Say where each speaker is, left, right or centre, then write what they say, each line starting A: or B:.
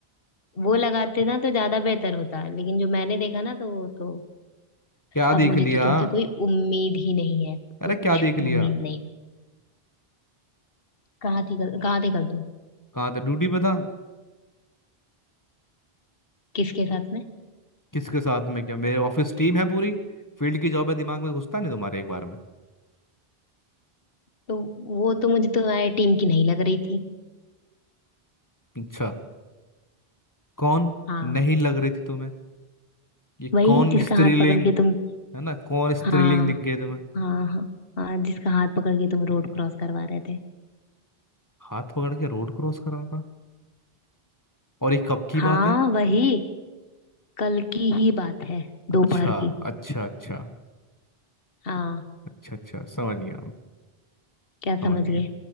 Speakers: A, on the left (about 65°); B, on the left (about 20°).
A: वो लगाते ना तो ज्यादा बेहतर होता लेकिन जो मैंने देखा ना तो वो तो
B: क्या
A: अब
B: देख
A: मुझे
B: लिया
A: तो तुमसे कोई उम्मीद ही नहीं है
B: अरे
A: कुछ
B: क्या देख
A: उम्मीद
B: लिया
A: नहीं कहाँ थी कल कहाँ थे कल तुम
B: कहाँ था ड्यूटी पे था
A: किसके साथ में
B: किसके साथ में क्या मेरे ऑफिस टीम है पूरी फील्ड की जॉब है दिमाग में घुसता नहीं तुम्हारे एक बार में
A: तो वो तो मुझे तुम्हारे टीम की नहीं लग रही थी
B: अच्छा कौन
A: हाँ
B: नहीं लग रही थी तुम्हें ये
A: वही
B: कौन
A: जिसका
B: स्त्रीलिंग
A: हाथ पकड़ के तुम
B: है ना कौन स्त्रीलिंग
A: हाँ
B: दिख गई तुम्हें
A: हाँ हाँ हाँ जिसका हाथ पकड़ के तुम रोड क्रॉस करवा रहे थे
B: हाथ पकड़ के रोड क्रॉस कर रहा था और ये कब की
A: हाँ
B: बात है
A: वही कल की ही बात है
B: अच्छा
A: दोपहर की
B: अच्छा अच्छा
A: हाँ
B: अच्छा अच्छा समझ गया मैं,
A: क्या
B: समझ
A: समझिए
B: गया